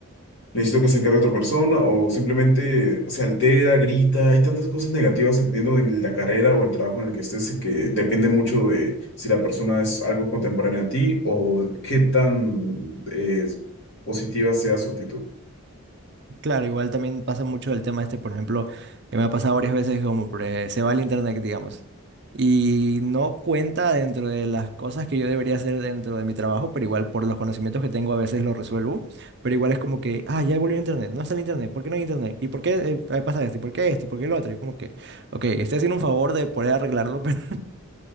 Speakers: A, on the left (about 50°); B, on the right (about 50°).
A: necesito que se encargue otra persona o simplemente se altera, grita. Hay tantas cosas negativas dependiendo de la carrera o el trabajo en el que estés que depende mucho de si la persona es algo contemporánea a ti o qué tan eh, positiva sea su actitud.
B: Claro, igual también pasa mucho el tema este, por ejemplo, que me ha pasado varias veces, como por, eh, se va al internet, digamos, y no cuenta dentro de las cosas que yo debería hacer dentro de mi trabajo, pero igual por los conocimientos que tengo a veces lo resuelvo, pero igual es como que, ah, ya volvió el internet, no está el internet, ¿por qué no hay internet? ¿Y por qué eh, pasa esto? ¿Y por qué esto? ¿Y por qué lo otro? Y como que, ok, estoy haciendo un favor de poder arreglarlo, <laughs> pero,